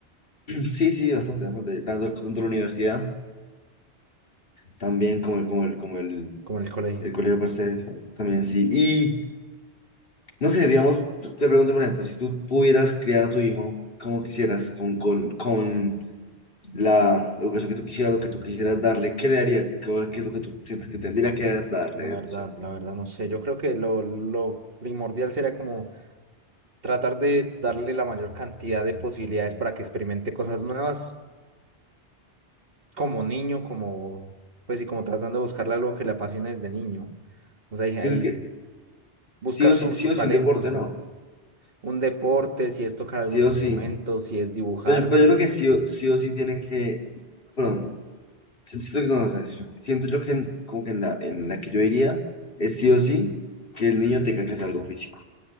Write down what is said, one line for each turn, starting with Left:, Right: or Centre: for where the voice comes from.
Left: Sí, sí, bastante, bastante. Tanto, tanto la universidad también como el, como el, como el,
Right: como en el colegio.
Left: el colegio per se, también sí. Y no sé, digamos, te pregunto, por ejemplo, si tú pudieras criar a tu hijo como quisieras, con, con, con la educación que tú quisieras, lo que tú quisieras darle, ¿qué le darías? ¿Qué, qué es lo que tú sientes que tendría que darle
Right: La
Left: de
Right: verdad,
Left: educación?
Right: la verdad, no sé. Yo creo que lo, lo primordial sería como tratar de darle la mayor cantidad de posibilidades para que experimente cosas nuevas, como niño, como, pues, y como tratando de buscarle algo que le apasione desde niño. O sea, ahí ahí
Left: Sientes que
Right: buscar
Left: sí o
Right: su,
Left: sí, sí
Right: su
Left: o
Right: talento,
Left: sí un deporte,
Right: su,
Left: no.
Right: un deporte, si es tocar
Left: Sí
Right: algún instrumento,
Left: o sí.
Right: si es dibujar,
Left: Pero, pero
Right: si...
Left: yo creo que sí o sí, o sí tiene que, perdón, si- Siento, que no, o sea, yo- siento yo que en- como que en la, en la que yo iría es sí o sí que el niño tenga que hacer algo físico.